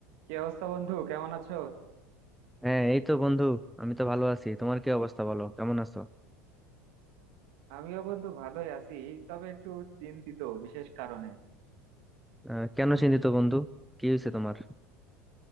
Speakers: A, on the right; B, in the centre.
A: কি অবস্থা বন্ধু কেমন আছো
B: হ্যাঁ এই তো বন্ধু আমি তো ভালো আছি তোমার কি অবস্থা বলো কেমন আছো
A: আমিও বন্ধু ভালোই আছি তবে একটু চিন্তিত বিশেষ কারণে
B: আহ, কেন চিন্তিত বন্ধু কি হয়েছে তোমার